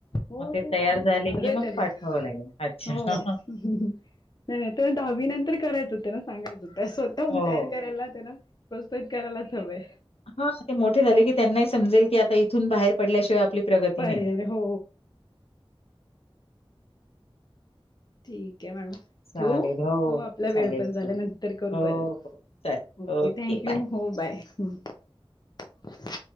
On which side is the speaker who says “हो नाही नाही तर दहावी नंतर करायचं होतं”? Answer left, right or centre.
Left